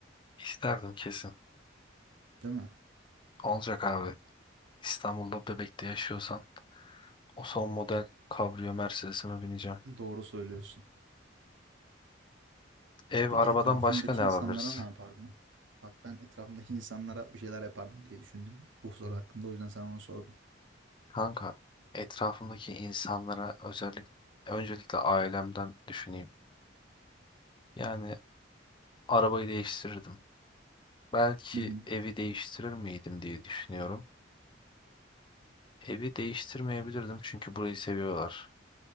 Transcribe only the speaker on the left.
İsterdim kesin.
Olacak abi. İstanbul'da Bebek'te yaşıyorsan o son model kabriyo Mercedes'ime bineceğim.
Ev
arabadan
başka ne alabiliriz?
Kanka etrafımdaki insanlara özellikle öncelikle ailemden düşüneyim. Yani arabayı değiştirirdim. Belki
evi değiştirir miydim diye düşünüyorum. Evi değiştirmeyebilirdim çünkü burayı seviyorlar.